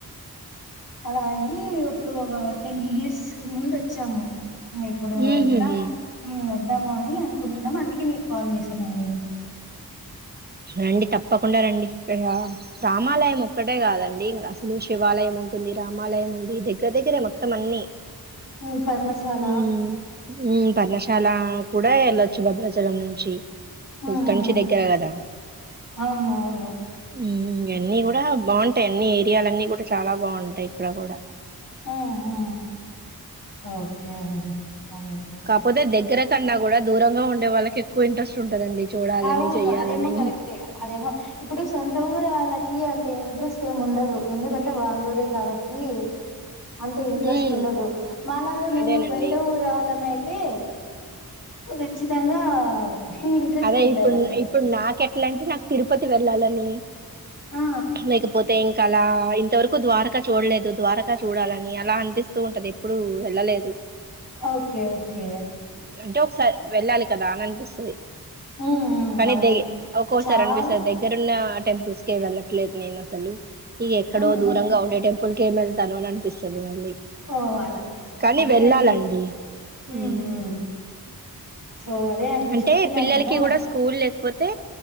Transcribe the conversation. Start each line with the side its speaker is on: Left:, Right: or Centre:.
Left: అలా అయి ఇప్పుడు ఒక టెన్ ఇయర్స్ ముందు ఒచ్చాము ఇంగ ఇప్పుడు
Right: ఉహుహు
Left: వస్తాం ఉమ్ వద్ దాము అని అనుకుంటున్నాం అందుకే మీకు కాల్ చేసానండి
Right: రండి తప్పకుండా రండి ఇక్కడ రామాలయం ఒక్కటే కాదండి అసలు శివాలయం ఉంటుంది రామాలయం ఉంది దెగ్గర్ దెగ్గరే మొత్తం అన్ని
Left: ఉమ్ పర్మశాల
Right: ఉమ్ ఉమ్ పర్ణశాల కూడా ఎళ్ళొచ్చు భద్రాచలం నుంచి
Left: ఉమ్
Right: కంచి
Left: ఉమ్
Right: దగ్గర కదా
Left: అవును అవును
Right: ఉమ్ ఇవన్నీ కూడా బాగుంటాయి అన్ని ఏరియాలన్ని కూడా చాలా బాగుంటాయి ఇక్కడ కూడా
Left: ఆ ఆ ఆ, ఓకే అండి. అలాగైతే
Right: కాపోతే దగ్గర కన్నా కూడ, దూరంగ ఉండే వాళ్ళకి ఎక్కువ ఇంట్రెస్ట్ ఉంటదండి. చూడాలని
Left: అవును
Right: చెయ్యాలని
Left: అదేమో కరెక్టే అదేమో, ఇప్పుడు సొంతూరు వాళ్ళక్ కి అంత ఇంట్రెస్ట్ ఏం ఉండదు, ఎందుకంటే వాళ్ళురే కాబట్టి! అంతే
Right: మ్మ్
Left: ఇంట్రెస్ట్ ఉండదు, మల్లజూడు మేము
Right: అదేనండి
Left: బయట ఊరాళ్ళమైత్ తే సో, ఖచ్చితంగా ఇంట్రెస్ట్
Right: తే
Left: ఉంటదండి
Right: ఇప్పుడ్ ఇప్పుడు నాకెట్లా అంటే, నాకు తిరుపతి వెళ్ళాలని.
Left: ఆ
Right: ఉమ్ లేకపోతే ఇంక్ తలా ఇంతవరకు ద్వారకా చూడలేదు, ద్వారకా చూడాలని, అలా అనిపిస్తూ ఉంటది ఎప్పుడూ ఎళ్ళలేదు.
Left: Okay okay.
Right: అంటే ఒకసార్ వెళ్ళాలి. కదా అని అనిపిస్తాది.
Left: హ్మ్ హ్మ్
Right: కనీ
Left: అవును
Right: దయి ఒక్కోసారి
Left: చాలా
Right: అనిపిస్తది దగ్గరున్నా అట్ టెంపుల్స్ కే వెళ్ళట్లేదు నేనసలు. ఇగ ఎక్కడో
Left: హ్మ్
Right: దూరంగా
Left: హ్మ్
Right: ఉండే టెంపు పుల్కేమెల్ తను నన్పిస్తది మళ్ళీ,
Left: ఓ అలా
Right: కనీ
Left: అదే
Right: వెళ్ళాలండి.
Left: అండి హ్మ్
Right: ఉమ్
Left: హ్మ్ సో అదే అండి
Right: అంటే
Left: చెప్తున్నాను
Right: పిల్లలకి
Left: కదా
Right: కూడా స్కూల్లెక్ పోతే